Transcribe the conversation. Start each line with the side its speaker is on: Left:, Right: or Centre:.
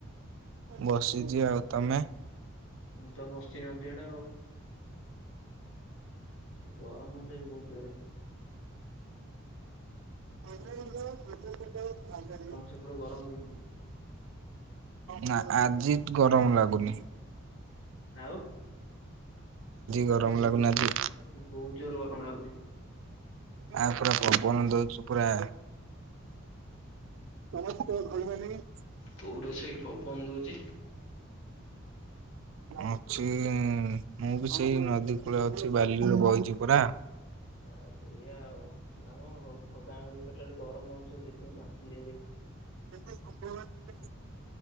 Right: ବସିଚି ଆଉ, ତମେ?
Left: ମୁଁ ତ ବସଚି ନଦୀ ଆଡ଼େ ଆଉ। ଗରମ୍ ହୋଉଚି ଆଜି ବହୁତ୍ ଜୋରରେ।
Right: <inaudible>
Left: ତମ ସେପଟେ ଗରମ୍ କେମତି?
Right: ନାଁ ଆଜି ତ୍ ଗରମ ଲାଗୁନି।
Left: ଆଉ ମୋର ପୁରା
Right: ଗରମ
Left: ଆଜି ବହୁ
Right: ଲାଗୁନି ଆଜି
Left: ଆଜି ବହୁତ୍ ଜୋରେ ଗରମ୍ ଲାଗୁଚି।
Right: ଆ ପୁରା ପବନ ଦଉଚି ପୁରା। <inaudible>
Left: କୋଉଠି ଅଛ କି ପବନ ଦଉଚି?
Right: ଅଁଛି ମୁଁ ବି ସେଇ ନଦୀ କୂଳେ ଅଛି ବାଲିରେ ବଇଚି ପରା।
Left: ଆ ସେଇଆ ଆଉ ଆମ ଗାଁ ଭିତରଟାରେ ଗରମ୍ ହଉଚି ତ ସେଥିପାଇଁ ଆସିଥିଲି ଭାରି।
Right: <inaudible>